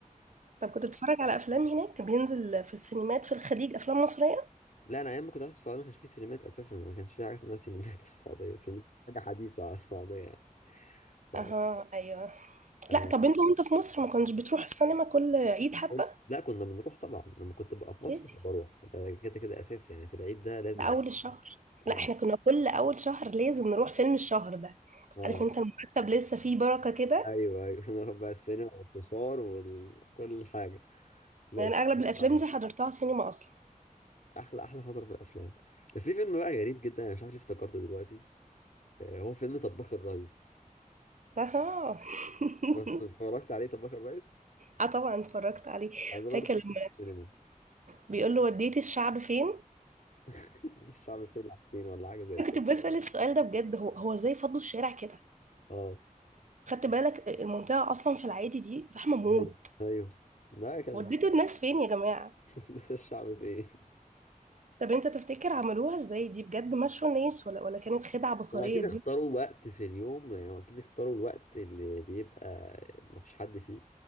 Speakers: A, on the right; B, on the left.
A: طب كنت بتتفرج على أفلام هناك كان بينزل في السينمات في الخليج أفلام مصرية
B: لا انا ايام ما كنت عايش في السعوديه ما كانش في سينمات اساسا ما كانش في حاجه اسمها سينمات <laughs> في السعوديه سينما حاجه حديثه على السعوديه يعني ف...
A: أها أيوه
B: آه،
A: لا طب أنت وأنت في مصر ما كنتش بتروح السينما كل عيد حتى
B: كنت- لا كنا بنروح طبعا لما كنت ببقى في
A: أساسي
B: مصر كنت بروح ده كده كده اساسي يعني في العيد ده لازم
A: ده اول الشهر
B: اه
A: لا احنا كنا كل اول شهر لازم نروح فيلم الشهر ده
B: اه
A: عارف انت المرتب لسه فيه بركة كده
B: ايوه ايوه <laughs> نروح بقى السينما والفشار وكل حاجه لا
A: يعني
B: السينما
A: اغلب
B: بصراحة
A: الافلام دي حضرتها سينما اصلا
B: احلى احلى فتره في الافلام ده في فيلم بقى غريب جدا انا مش عارف ليه افتكرته دلوقتي آه، هو فيلم طباخ الريس
A: اها <laughs>
B: <laughs> اتفرجت عليه طب بكر بايس
A: اه طبعا اتفرجت عليه
B: انا ده برضه
A: فاكر
B: شفته
A: لما
B: في السينما
A: بيقول له وديتي الشعب فين
B: <laughs> ده الشعب فين يا حسين ولا حاجه زي
A: انا
B: كده
A: كنت بسأل السؤال ده بجد هو هو ازاي فضوا الشارع كده
B: اه
A: خدت بالك المنطقة اصلا في العادي دي زحمة موت
B: ايوه ايوه ده كان
A: وديتوا الناس فين يا جماعة
B: <laughs> ده الشعب فين
A: طب انت تفتكر عملوها ازاي دي بجد مشوا الناس ولا ولا كانت خدعة بصرية
B: هم اكيد
A: دي
B: اختاروا وقت في اليوم يعني هم اكيد اختاروا الوقت اللي بيبقى مفيش حد فيه